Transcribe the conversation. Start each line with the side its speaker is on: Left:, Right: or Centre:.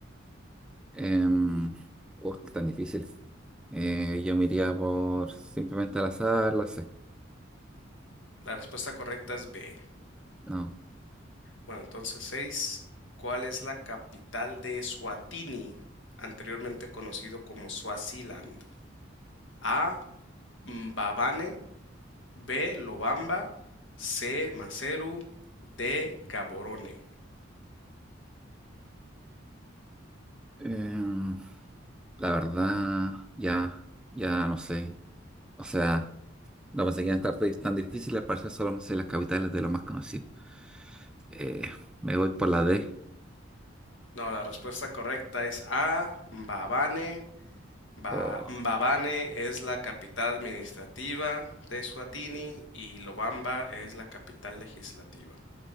Centre: Em, uh, qué tan difícil. Eh, yo me iría por simplemente al azar, la C.
Left: La respuesta correcta es B.
Centre: No.
Left: Bueno, entonces 6, ¿Cuál es la capital de Suatini, anteriormente conocido como Suaziland? A. Mbabane. B. Lobamba. C. Maseru. D. Gaborone.
Centre: Em, la verdad, ya, ya no sé. O sea, no pensé que iban a estar tan tan difíciles, al parecer solo me sé las capitales de los más conocidos. Eh, me voy por la D.
Left: No, la respuesta correcta es A. Mbabane. Ba-
Centre: o
Left: Mbabane es la capital administrativa de Suatini y Lobamba es la capital legislativa.